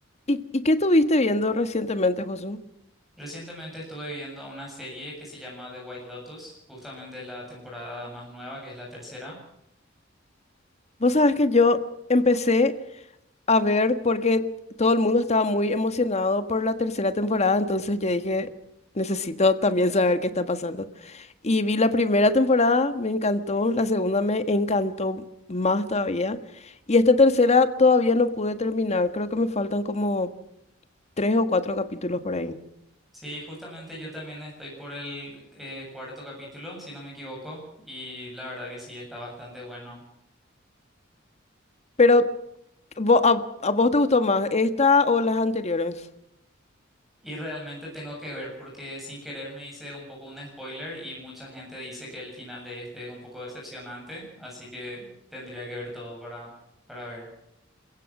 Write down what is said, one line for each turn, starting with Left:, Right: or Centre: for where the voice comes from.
Left: ¿Y, y qué estuviste viendo recientemente, Josu?
Centre: Recientemente estuve viendo una serie que se llama The White Lotus, justamente la temporada más nueva, que es la tercera.
Left: Vos sabés que yo empecé a ver porque todo el mundo estaba muy emocionado por la tercera temporada, entonces yo dije, necesito también saber qué está pasando. Y vi la primera temporada, me encantó, la segunda me encantó más todavía, y esta tercera todavía no pude terminar, creo que me faltan como tres o cuatro capítulos por ahí.
Centre: Sí, justamente yo también estoy por el eh, cuarto capítulo, si no me equivoco, y la verdad que sí, está bastante bueno.
Left: Pero, ¿vo- a, a vos te gustó más esta o las anteriores?
Centre: Y realmente tengo que ver porque sin querer me hice un poco un spoiler y mucha gente dice que el final de este es un poco decepcionante, así que tendría que ver todo para, para ver.